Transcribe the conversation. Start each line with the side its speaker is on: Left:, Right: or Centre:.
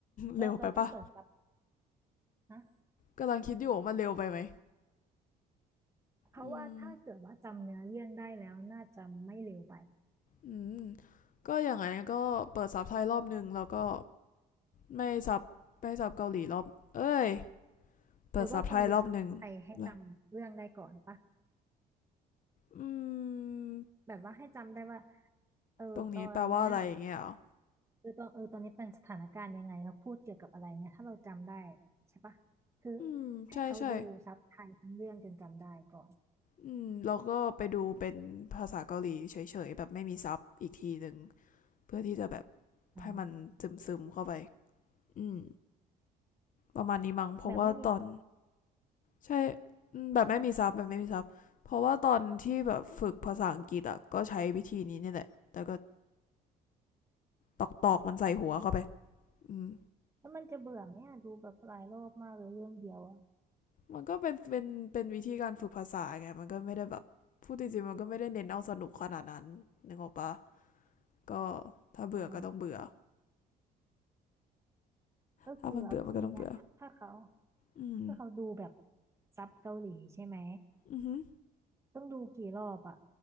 Right: แล้วเราต้องเปิดซับ
Left: เร็วไปปะ
Right: นะ
Left: กำลังคิดอยู่ว่ามันเร็วไปไหม
Right: เพราะว่าถ้าเกิดว่าจำเนื้อเรื่องได้แล้วน่าจะไม่เร็วไป
Left: อืมอืมก็อย่างไรก็เปิดซับไทยรอบหนึ่งแล้วก็ไม่ซับไม่ซับเกาหลีรอบเอ้ยเปิดซับไทยรอบหนึ่ง
Right: หรือว่าควรดูซับไทยให้จำเรื่องได้ก่อนปะ
Left: แล้วอืม
Right: แบบว่าให้จำได้ว่าเออตอนเนี้ย
Left: ตรงนี้แปลว่าอะไรอย่างเงี้ยอหรอ
Right: เออตอนเออตอนนี้เป็นสถานการณ์ยังไงเขาพูดเกี่ยวกับอะไรเงี้ยถ้าเราจำได้ใช่ปะคือ
Left: อืมใช่ใช่
Right: ให้เขาดูซับไทยทั้งเรื่องจนจำได้ก่อน
Left: อืมแล้วก็ไปดูเป็นภาษาเกาหลีเฉยๆแบบไม่มีซับอีกทีหนึ่งเพื่อที่จะแบบ
Right: อ๋อ
Left: ให้มันซึมๆเข้าไปอืมประมาณนี้มั้งเพราะว่าตอน
Right: แบบไม่มีซับ
Left: ใช่แบบไม่มีซับแบบไม่มีซับเพราะว่าตอนที่แบบฝึกภาษาอังกฤษอ่ะก็ใช้วิธีนี้เนี่ยแหละแต่ก็ตอกๆมันใส่หัวเข้าไปอืม
Right: แล้วมันจะเบื่อไหมอะดูแบบหลายรอบมากเลยเรื่องเดียวอ่ะ
Left: มันก็เป็นเป็นเป็นวิธีการฝึกภาษาไงมันก็ไม่ได้แบบพูดจริงๆมันก็ไม่ได้เน้นเอาสนุกขนาดนั้นนึกออกปะก็ถ้าเบื่อก็ต้องเบื่อ
Right: อ่าก็คือแล้วทีเนี้ยถ้าเขา
Left: ถ้ามันเบื่อมันก็ต้องเบื่อ อืม
Right: ถ้าเขาดูแบบซับเกาหลีใช่ไหม
Left: อือหือ
Right: ต้องดูกี่รอบอะ